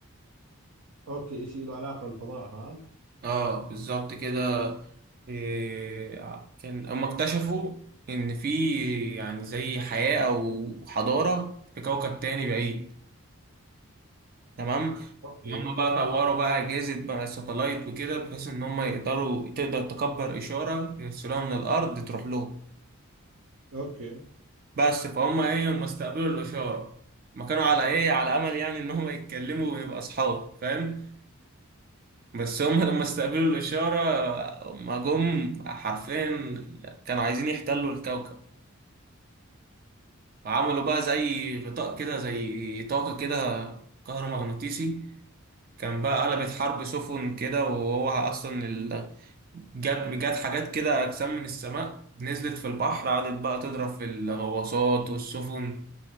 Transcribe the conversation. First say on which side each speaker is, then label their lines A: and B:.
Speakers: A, on the right (about 85°); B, on the right (about 40°).
A: أوكي إشي له علاقة بالفضاء هذا
B: اه بالظبط كده إيه، ع- كان هم اكتشفوا ان في يعني زي حياة او حضارة في كوكب تاني بعيد تمام
A: أوكي
B: هم بقى طوروا بقى أجهزة بقى ساتلايت وكده بحيث إن هم يقدروا تقدر تكبر إشارة يرسلوها من الأرض تروح لهم
A: أوكي
B: بس فهم إيه هم استقبلوا الإشارة ما كانوا على إيه على أمل يعني إن هم يتكلموا ويبقى أصحاب فاهم بس هم لما استقبلوا الإشارة هم جم حرفيا كانوا عايزين يحتلوا الكوكب عملوا بقى زي غطاء كده زي طاقة كده كهرومغناطيسي كان بقى قلبت حرب سفن كده وهو اصلا ال... جت جت حاجات كده اجسام من السماء نزلت في البحر قعدت بقى تضرب في الغواصات والسفن